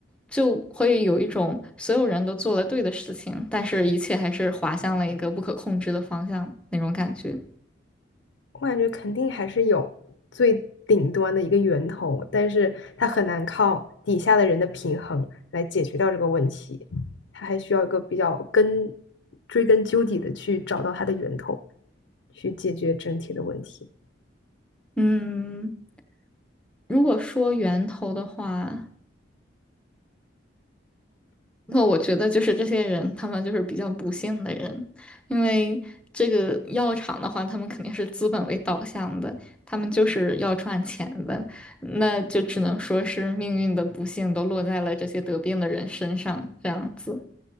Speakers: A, in the centre; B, on the left.
A: 就会有一种所有人都做了对的事情，但是一切还是滑向了一个不可控制的方向那种感觉。
B: 我感觉肯定还是有最顶端的一个源头，但是它很难靠底下的人的平衡来解决掉这个问题，它还需要一个比较根，追根究底的去找到它的源头，去解决整体的问题。
A: 嗯，如果说源头的话。那我觉得就是这些人，他们就是比较不幸的人，因为这个药厂的话，他们肯定是资本为导向的，他们就是要赚钱的，那就只能说是命运的不幸都落在了这些得病的人身上，这样子，